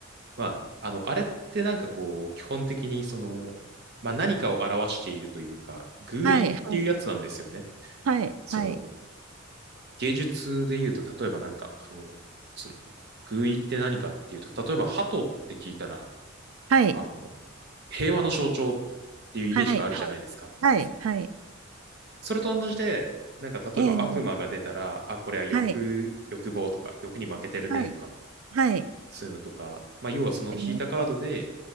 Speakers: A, on the right; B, on the right.
A: まあ、あの、あれってなんかこう、基本的にその、まあ何かを表しているというか、寓意っていうやつなんですよね。
B: はい、はい、はい、
A: その、
B: はい、
A: 芸術で言うと、例えばなんか、あの、その、寓意って何かっていうと、例えば鳩って聞いたら、
B: はい、
A: あの、平和の象徴っていうイメージがあるじゃないですか。
B: はい、はい、はい、
A: それと同じで、なんか例えば悪魔が出たら、
B: ええ、
A: あ、これは欲、
B: はい、
A: 欲望とか、欲に負けてるねとか、
B: はい、はい、
A: そういうのとか、まあ、要はその引いたカードで、
B: ええ、